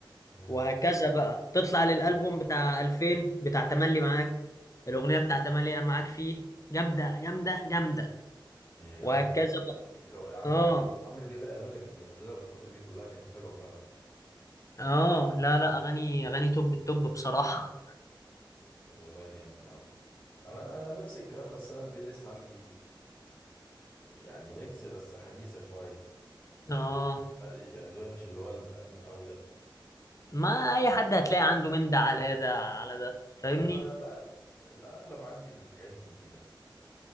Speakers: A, on the left; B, on the left.
A: مم.
B: وهكذا بقى تطلع للالبوم بتاع 2000 بتاع تملي معاك الاغنية بتاع تملي معاك فيه جامدة جامدة جامدة
A: هي جامده
B: وهكذا بقى
A: لو- عامه
B: اه
A: عمرو دياب الاغاني اللي كان بينزلها الفتره دي كلها كانت حلوه فعلا
B: اه لا لا اغاني اغاني توب التوب بصراحة
A: طب والله جامد يا عم انا أنا نفس الكلام بس انا البلاي ليست عندي يعني ميكس بس حديثه شويه
B: اه
A: يعني ذوقي مش اللي هو القديم قوي ده
B: ما اي حد هتلاقي عنده من ده على ده على ده فاهمني
A: انا مم. لا الاغلب عندي الحاجات الجديده